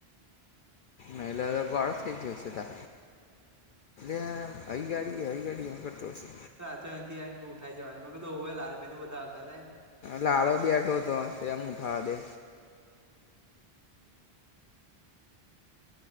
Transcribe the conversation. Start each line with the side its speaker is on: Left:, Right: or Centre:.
Left: મહિલા તો ગળ્યો થઈ જ્યોશે ત. એ અવી ગાડી આવી ગાડી, એમ કરતો હશે.
Right: તો અંથી ઉઠાઈ જવા, એ કધું હોય, લાલ ભાઈ ન બધા હતા.
Left: લાલવ બ બેટો હતો, એ મુઠાધે.